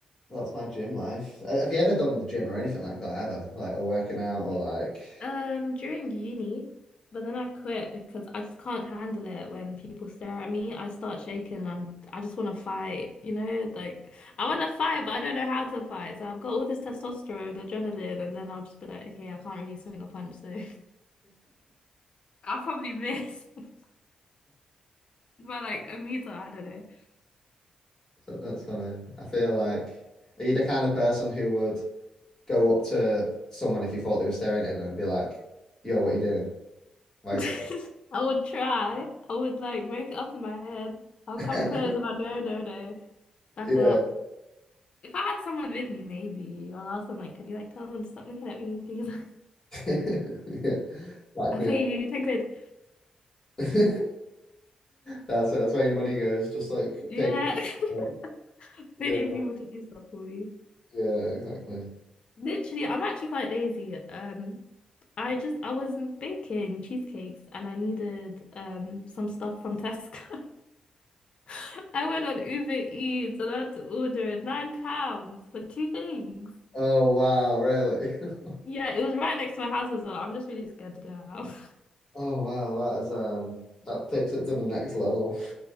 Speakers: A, on the left; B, on the left.
A: that's my gym life. Uh, Have you ever done the gym or anything like that ever? Like or working out or like.
B: Um, during uni, but then I quit because I just can't handle it when people stare at me. I start shaking. I'm I just want to fight, you know? Like I want to fight, but I don't know how to fight. So I've got all this testosterone, adrenaline, and then I'll just be like, okay, I can't really swing a punch, so <laughs> I'll probably miss <laughs> by like a meter. I don't
A: That- That's funny. I feel like are you the kind of person who would go up to someone if you thought they were staring at them and be like, "Yo, what are you doing? Why
B: know.
A: are you
B: <laughs> I would try. I would like make it up in my head. I'll
A: staring?"
B: come close,
A: <laughs>
B: but no, no, no. Back
A: Yeah,
B: up. If I had someone with me, maybe I'll ask them like, can you like tell them to stop looking at me please? <laughs>
A: <laughs> yeah, back
B: I'll
A: me
B: pay
A: up.
B: you 10 quid.
A: <laughs> That's that's where your money goes. Just like
B: Yeah.
A: paying. people
B: <laughs>
A: to
B: Paying
A: go, like-
B: people to do stuff for you.
A: Yeah, exactly.
B: Literally, I'm actually quite lazy. Um I just I was baking cheesecakes and I needed um some stuff from Tesco. <laughs> I went on Uber Eats and I had to order it nine pounds for two things.
A: Oh wow, really? <laughs>
B: Yeah, it was right next to my house as well. I'm just really scared to go out. <laughs>
A: Oh wow, that is um that takes it to the next level. <laughs>